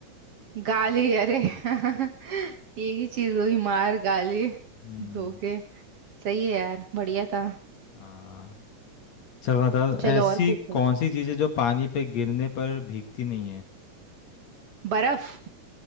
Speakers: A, on the right; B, on the left.
A: गाली अरे <laughs> एक ही चीज हुई मार गाली
B: हम्म
A: धोखे सही है यार बढ़िया था
B: हाँ चल बताओ
A: चलो
B: ऐसी
A: और पूछो
B: कौन
A: आप।
B: सी चीज़ है जो पानी पे गिरने पर भीगती नहीं है
A: बर्फ